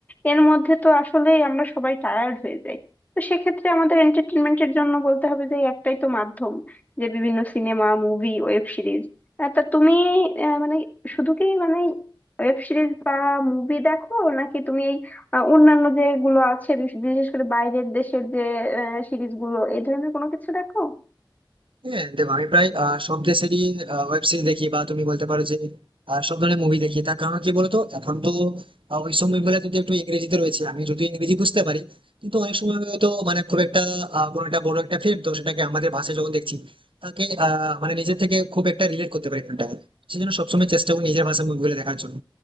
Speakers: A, on the left; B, on the right.
A: এর মধ্যে তো আসলেই আমরা সবাই টায়ার্ড হয়ে যাই তো সেক্ষেত্রে আমাদের এন্টারটেনমেন্টের জন্য বলতে হবে যে এই একটাই তো মাধ্যম যে বিভিন্ন সিনেমা মুভি ওয়েব সিরিজ তা তুমি আহ, মানে শুধু কি মানে ওয়েব সিরিজ বা মুভি দেখো নাকি তুমি এই আহ, অন্যান্য যেগুলো আছে বিশ- বিশেষ করে বাইরের দেশের যে সিরিজগুলো এই ধরনের কোনো কিছু দেখো
B: হ্যাঁ দেখো আমি প্রায় আহ, সব দেশেরই ওয়েব সিরিজ দেখি বা তুমি বলতে পারো যে আহ, সব ধরনের মুভি দেখি তার কারণ কি বলতো এখন তো আহ, ওই সব মুভিগুলো যদি একটু ইংরেজিতে রয়েছে আমি যদি ইংরেজি বুঝতে পারি কিন্তু অনেক সময় হয়তো মানে খুব একটা আহ, কোনো একটা বড় একটা ফিল্ম তো সেটাকে আমাদের ভাষায় যখন দেখছি তাকে আহ, মানে নিজের থেকে খুব একটা রিলেট করতে পারি ফিল্মটাকে সেই জন্য সবসময় চেষ্টা করি নিজের ভাষায় মুভিগুলো দেখার জন্য